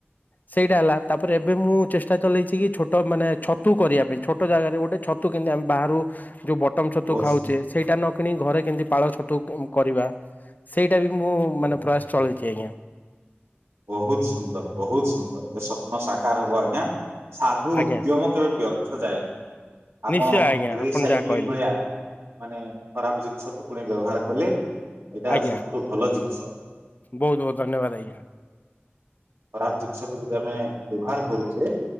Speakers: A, on the left (about 40°); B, on the right (about 80°).
A: ସେଇଟା ହେଲା ତାପରେ ଏବେ ମୁଁ ଚେଷ୍ଟା ଚଲେଇଛି କିଛୋଟ ମାନେ ଛତୁ କରିବା ପାଇଁ ଛୋଟ ଜାଗାରେ ଗୋଟେ ଛତୁ କେମତି ଆମେ ବାହାରୁ କୁ ଯୋଉ ବଟମ ଛତୁ
B: ବହୁତ
A: ଖାଉଛେ
B: ସୁନ୍ଦର
A: ସେଇଟା ନ କିଣି ଘରେ କେମିତି ପାଳ ଛତୁ କରିବା ସେଇ ଏଇଟା ବି ମୁଁ
B: ବହୁତ
A: ମାନେ ପ୍ରୟାସ ଚଳେଇଛି ।
B: ବହୁତ ସୁନ୍ଦର ବହୁତ ସୁନ୍ଦର ଏସବୁ ସ୍ୱପ୍ନ ସାକାର ହବ ଆଜ୍ଞା ସାଧୁ
A: ଆଜ୍ଞା
B: ଉଦ୍ୟମ କେବେ ବ୍ୟର୍ଥ ଯାଏନି ଆପଣ
A: ନିଶ୍ଚୟ ଆଜ୍ଞା
B: ରିସାଇକ୍ଲିଂ
A: ଆପଣ ଯାହା କହିଲେ
B: ଭଳିଆ ମାନେ ଖରାପ ଜିନିଷକୁୁ ପୁଣି ବ୍ୟବହାର କଲେ ଏଇଟା
A: ଆଜ୍ଞା
B: ସବୁଠୁ ଭଲ ଜିନିଷ ଆ
A: ବହୁତ ବହୁତ ଧନ୍ୟବାଦ ଅଜ୍ଞା।
B: ଖରାପ ଜିନିଷକୁ ଯଦି ଆମେ ବ୍ୟବହାର କରୁଚେ।